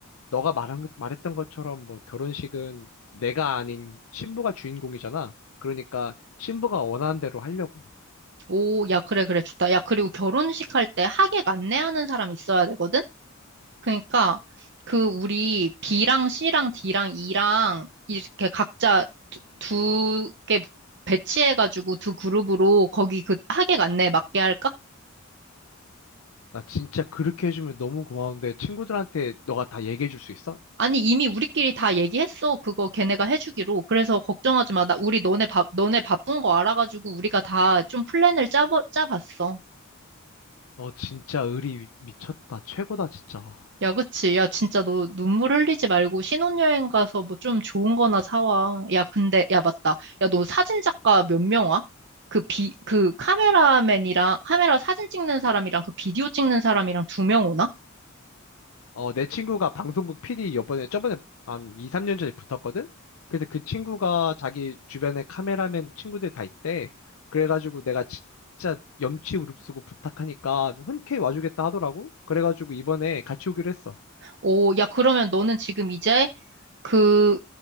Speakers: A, on the left (about 75°); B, on the right (about 55°).
A: 너가 말한, 것- 말했던 것처럼 뭐 결혼식은 내가 아닌 신부가 주인공이잖아. 그러니까 신부가 원하는 대로 하려고.
B: 오, 야, 그래, 그래, 좋다. 야, 그리고 결혼식 할 때 하객 안내하는 사람 있어야 되거든? 그러니까 그 우리 B랑 C랑 D랑 E랑 이렇게 각자 두 개 배치해가지고 두 그룹으로 거기 그하액 안내 맞게 할까?
A: 나 진짜 그렇게 해주면 너무 고마운데 친구들한테 너가 다 얘기해 줄 수 있어?
B: 아니 이미 우리끼리 다 얘기했어. 그거 걔네가 해주기로. 그래서 걱정하지 마. 나 우리 너네 바, 너네 바쁜 거 알아가지고 우리가 다 좀 플랜을 짜 짜봤어.
A: 너 진짜 의리 미쳤다. 최고다, 진짜.
B: 야, 그치. 야, 진짜 너 눈물 흘리지 말고 신혼여행 가서 뭐 좀 좋은 거나 사와. 야, 근데, 야, 맞다. 야, 너 사진작가 몇 명 와? 그 비, 그 카메라맨이랑, 카메라 사진 찍는 사람이랑 그 비디오 찍는 사람이랑 두 명 오나?
A: 어, 내 친구가 방송국 PD 이번에 저번에 한 2, 3년 전에 붙었거든? 그래서 그 친구가 자기 주변에 카메라맨 친구들 다 있대. 그래가지고 내가 진짜 염치 무릅쓰고 부탁하니까 흔쾌히 와주겠다 하더라고. 그래가지고 이번에 같이 오기로 했어.
B: 오, 야, 그러면 너는 지금 이제 그,